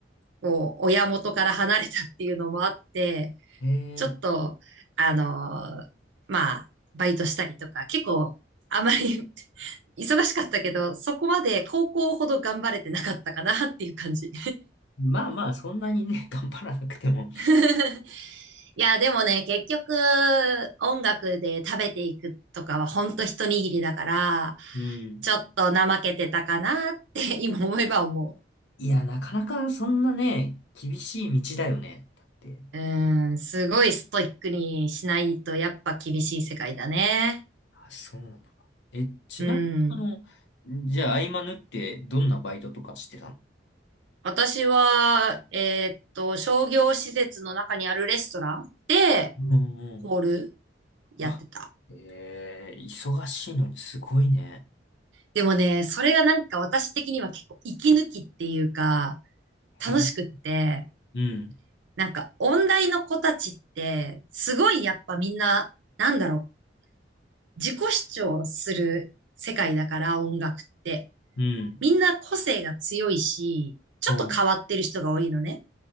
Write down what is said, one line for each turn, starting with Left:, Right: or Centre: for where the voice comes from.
Right: こう、親元から離れたっていうのもあって、
Left: ええ。
Right: ちょっと、あのーまあ、バイトしたりとか、結構、あまり <laughs> 忙しかったけど、そこまで高校ほど頑張れてなかったかなっていう感じ。
Left: まあまあ、そんなにね、<laughs> 頑張らなくても。
Right: <laughs> いや、でもね、結局、音楽で食べていくとかはほんと一握りだから、
Left: うん。
Right: ちょっと怠けてたかなって <laughs> 今思えば思
Left: いや、なかなかそんなね、厳しい道だよね。だって。
Right: う。うん、すごいストイックにしないとやっぱ厳しい世界だね。
Left: あ、そうなのか。え、ちなみに、
Right: うん。
Left: あの、じゃあ、合間縫ってどんなバイトとかしてたの
Right: 私は、えーっと、商業施設の中にあるレストランで、
Left: うんうん。
Right: ホールやってた。
Left: あ、ええ忙しいのにすごいね。
Right: でもね、それがなんか私的には結構息抜きっていうか、
Left: え、
Right: 楽しくって、
Left: うん、
Right: なんか、音大の子たちって、すごいやっぱみんな、なんだろう、自己主張する世界だから、音楽って。
Left: うん、
Right: みんな個性が強いし、ちょっと変わってる人が多いのね。
Left: うん、